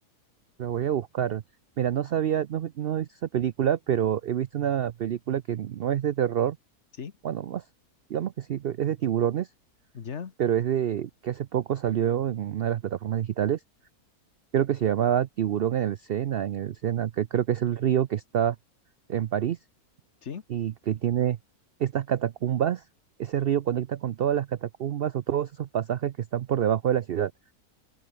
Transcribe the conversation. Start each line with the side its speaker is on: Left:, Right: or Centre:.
Right: La voy a buscar. Mira, no sabía, no, no he visto esa película, pero he visto una película que no es de terror.
Left: ¿Sí?
Right: Bueno, más, digamos que sí, que es de tiburones,
Left: ¿Ya?
Right: pero es de que hace poco salió en una de las plataformas digitales. Creo que se llamaba Tiburón en el Sena, en el Sena, que creo que es el río que está en París
Left: ¿Sí?
Right: y que tiene estas catacumbas. Ese río conecta con todas las catacumbas o todos esos pasajes que están por debajo de la ciudad.